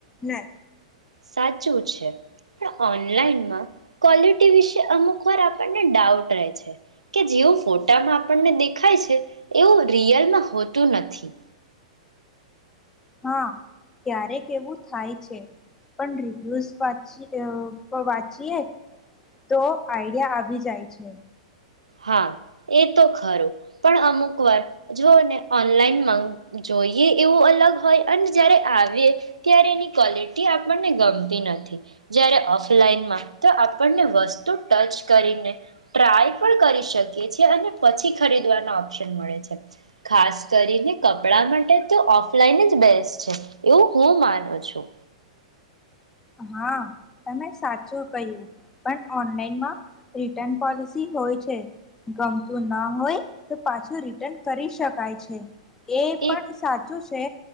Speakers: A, on the left; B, on the right.
A: ને
B: સાચું છે પણ ઓનલાઈનમાં ક્વોલિટી વિશે અમુક વાર આપણને ડાઉટ રહે છે કે જેવું ફોટામાં આપણને દેખાય છે એવું રિયલમાં હોતું નથી
A: હા ક્યારેક એવું થાય છે પણ રિવ્યુઝ વાચી અ વાંચીએ તો આઈડિયા આવી જાય છે
B: હા એ તો ખરું પણ અમુક વાર જોને ઓનલાઈન મંગા જોઈએ એવું અલગ હોય અને જ્યારે આવીએ ત્યારે એની ક્વલિટી આપણને ગમતી નથી જ્યારે ઓફલાઈનમાં તો આપણને વસ્તુ ટચ કરીને ટ્રાય પણ કરી શકી છી અને પછી ખરીદવાનો ઓપ્શન મળે છે ખાસ કરીને કપડા માટે તો ઓફલાઈન જ બેસ્ટ છે એવું હું માનું છું
A: હા તમે સાચું કહ્યું પણ ઓનલાઈનમાં રિટર્ન પોલિસી હોય છે ગમતું ન હોય તો પાછું રિટર્ન કરી શકાય છે એ પણ
B: એ
A: સાચું છે